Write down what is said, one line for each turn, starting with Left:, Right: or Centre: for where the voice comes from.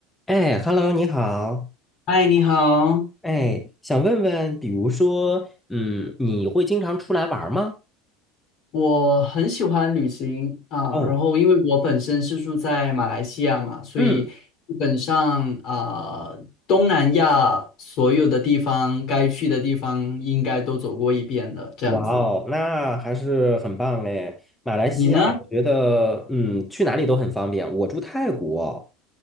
Centre: 哎，Hello，你好。
Left: 嗨，你好，
Centre: 哎，想问问，比如说，嗯，你会经常出来玩儿吗？
Left: 我很喜欢旅行啊，
Centre: 哦，
Left: 然后因为我本身是住在马来西亚嘛，所以基本上啊，
Centre: 嗯，
Left: 东南亚所有的地方该去的地方应该都走过一遍了，这样子。
Centre: 哇哦，那还是很棒嘞。马来西亚，
Left: 你呢？
Centre: 我觉得，嗯，去哪里都很方便。我住泰国，